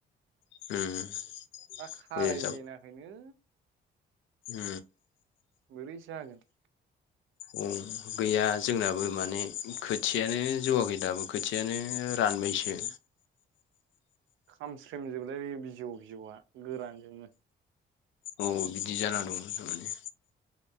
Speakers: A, on the left; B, on the right.
A: उम।
B: दा खाराय
A: मोजां
B: जेनाखैनो।
A: ओ।
B: बोरै जागोन?
A: औ गैया जोंनाबो माने खोथियानो जौवाखै दाबो खोथि यानो रानबायसो।
B: खामस्रेम जोबलायबाय बे बिजौ बिजौआ गोरान जोंनो।
A: अ बिदि जाना दं थारमाने।